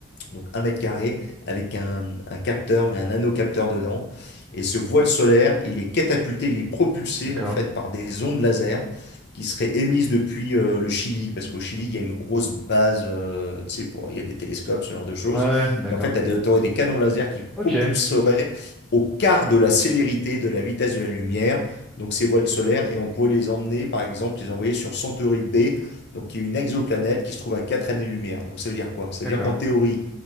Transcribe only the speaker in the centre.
D'accord.
Ouais, ouais, d'accord.
Ok,
d'accord,